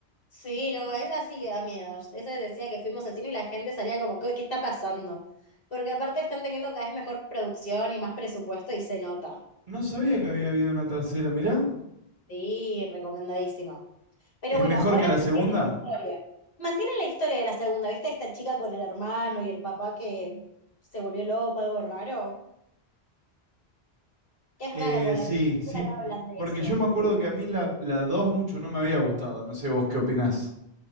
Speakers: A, on the left (about 55°); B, on the right (about 45°).
A: Sí, no, esa sí que da miedo. Esa decía que fuimos al cine y la gente salía como, ¿qué, qué está pasando? Porque aparte están teniendo cada vez mejor producción y más presupuesto y se nota.
B: No sabía que había habido una tercera, mirá.
A: Sí, recomendadísimo. Pero
B: ¿Es
A: bueno,
B: mejor
A: ahora
B: que la
A: mantiene
B: segunda?
A: la historia. Mantiene la historia de la segunda, ¿viste? Esta chica con el hermano y el papá que se volvió loco, algo raro. Es
B: Eh,
A: rara porque la
B: sí,
A: primera película
B: sí, p-
A: no hablan de
B: porque
A: eso.
B: yo me acuerdo que a mí la, la 2 mucho no me había gustado, no sé vos qué opinás.